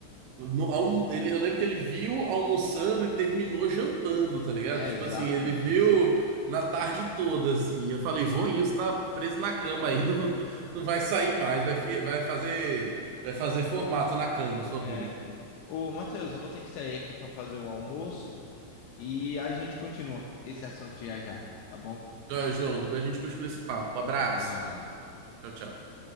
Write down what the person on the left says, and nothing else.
É
exatamente
isso.
É.
Ô, Matheus, eu vou ter que sair aqui para fazer um almoço e a gente continua esse assunto já já, tá bom?
Até mais.